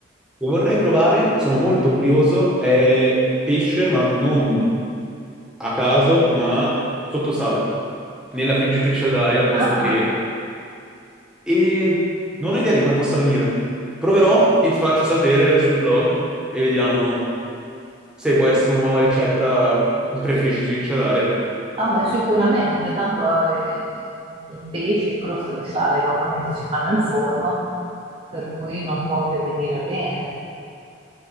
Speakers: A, in the centre; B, on the right.
A: che vorrei provare, che sono molto curioso, è pesce, ma non a caso, ma sotto sale, nella friggitrice d'aria al posto
B: ah,
A: che...
B: ah.
A: E non ho idea di come possa venire. Proverò e ti faccio sapere sul blog e vediamo se può essere una nuova ricetta in friggitrice d'aria.
B: Vabbè, sicuramente, tanto eh, i pesci in crosta di sale normalmente si fanno al forno, per cui non può che venire bene.